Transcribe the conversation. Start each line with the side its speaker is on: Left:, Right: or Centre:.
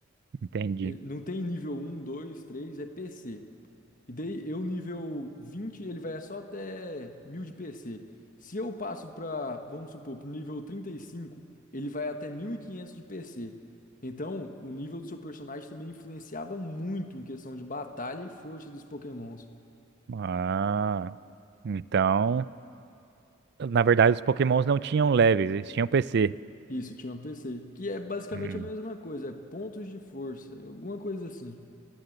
Right: entendi.
Left: E Não tem nível um 2 três é PC. E daí, eu nível vinte ele vai só até 1000 de PC. Se eu passo pra, vamos supor, pro nível trinta e cinco ele vai até 1500 de PC. Então, o nível do seu personagem também influenciava muito em questão de batalha e força dos Pokémons.
Right: Ah, então, na verdade, os Pokémons não tinham leves, eles tinham PC.
Left: Isso, tinha uma PC, que é basicamente
Right: Hum.
Left: a mesma coisa, é pontos de força, alguma coisa assim.